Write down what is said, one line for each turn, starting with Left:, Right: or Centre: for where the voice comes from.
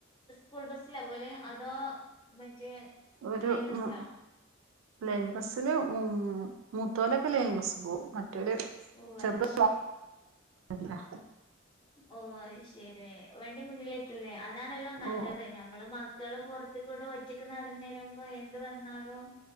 Left: സ്കൂൾ ബസ്സിലാ പോവല് അതോ മറ്റേ
Right: ഒരു
Left: ലൈൻ ബസ്സിലോ
Right: മം ലൈൻ ബസില് മ് മൂത്തോലൊക്കെ ലൈൻ ബസ്സ് പോകും മറ്റോല്
Left: ഓ
Right: ചെർത്
Left: അത് ശരി
Right: <unintelligible>
Left: ഓ അയ്ശരി വണ്ടി മുന്നിൽ എത്തൂല്ലേ അതാണല്ലോ നല്ലത്
Right: ഓ
Left: ഞമ്മള് മക്കള് പോ ഇത്പ്പൊബടെ ഒറ്റക്ക് നടന്ന തരുമ്പോ യെന്ത് വന്നാലും